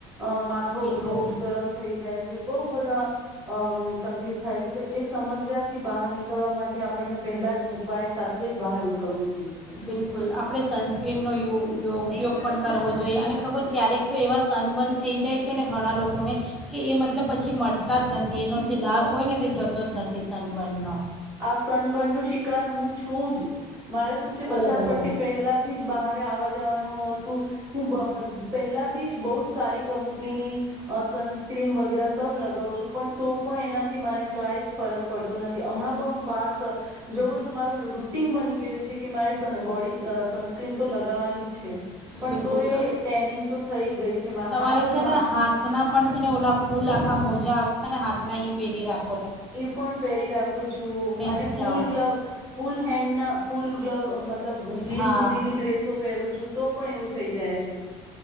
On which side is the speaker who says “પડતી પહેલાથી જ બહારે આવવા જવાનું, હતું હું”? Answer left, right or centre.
Right